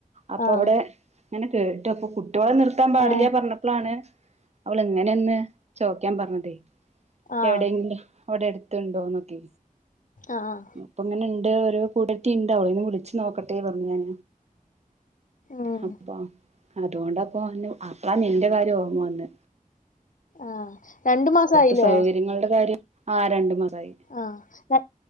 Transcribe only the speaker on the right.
അപ്പൊ
അവിടെ ഇങ്ങനെ കേട്വപ്പൊ കു ട്ട്യോളെ നിർത്താൻ പാടില്ല
പറഞ്ഞപ്പോളാണ് അവള് ഇങ്ങനെ ഒന്ന് ചോദിക്കാൻ പറഞ്ഞതേ
എവിടെയെങ്കിലും അവിടെ അടുത്തുണ്ടോന്നൊക്കെ
അപ്പ ഇങ്ങനെ ഇണ്ട് ഓരോ കൂടത്തി ഉണ്ടാവളോടൊന്ന് വിളിച്ചിട്ട് നോക്കട്ടെ പറഞ്ഞു ഞാൻ
അപ്പൊ അതുകൊണ്ടപ്പോ അപ നിന്റെ കാര്യം ഓർമ്മ വന്നെ
അവിടുത്തെ സൗകര്യങ്ങളുടെ കാര്യം ആ രണ്ടു മാറായി